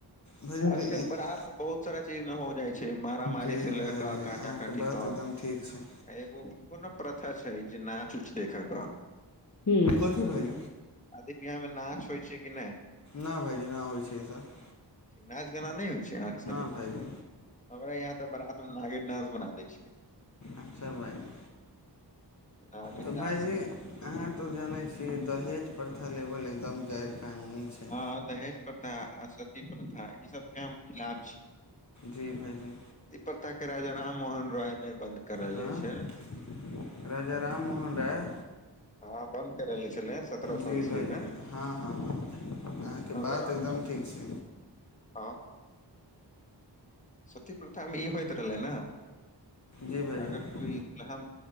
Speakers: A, on the left (about 40°); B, on the left (about 15°).
A: भायजी
B: आजकल
A: तऽ ई
B: बराात मे बहुत सारा चीज ने हो जाइ छै। मारामारी
A: जी
B: सऽ ले
A: भायजी
B: कऽ काँटा
A: अहाँके
B: काटी
A: बात
B: तक
A: एकदम ठीक छै।
B: एगो कोन प्रथा छै। जे नाच उच देखयके
A: हू कथी भाज
B: खादी बिीाहमे नाच होइ छै कि नहि
A: नहि भायजी ना होइ छै ई सभ
B: नाच गाना नहि होइ छै अहाँके शादी
A: भाइजी
B: हमरा यहाँ तऽ बारात मऽ नागिन डांस बना दै छिये
A: अच्छा भइली
B: नागिन
A: तऽ
B: डांस
A: भाइजी अहाँ तऽ जानै छी दहेज प्रथा लेवल एकदम गैर कानूनी छै
B: हँ दहेज प्रथा आ सती प्रथा ई सबके हम खिलाफ छी
A: जी भाइजी
B: प्रता के राजा राम मोहन रॉाय नहि बन्द करेने
A: हँ
B: छैन
A: राजा राम मोहन राय
B: हँ बंद करेले छलै सत्रह सौ
A: जी
B: ईस्वी
A: भाजी
B: मे
A: हँ हँ अहाँके
B: सन
A: बात
B: सत्रह
A: एकदम
B: सौ
A: ठीक छै
B: हँ सती प्रथामे ई होइत रहलै नऽ
A: जी भाइजी
B: अगर कोइ नाम